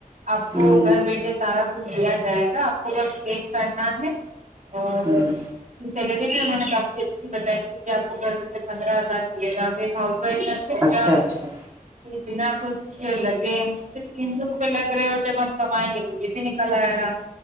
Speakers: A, on the right; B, on the right.
A: آپ کو
B: ہوں
A: گھر بیٹھے سارا کچھ دیا جائے گا آپ کو بس چیک کرنا ہے اور
B: ہوں
A: اس کی سیلری بھی انہوں نے کافی اچھی بتائی تھی کہ آپ کو گھر بیٹھے پندرہ ہزار ملے گاب ایک ہاؤس وائف کا
B: اچھا اچھا
A: بنا کچھ لگے صرف تین سو روپے لگ رہے اور جب ہم کمائیں گے تو یہ بھی نکل آئے گا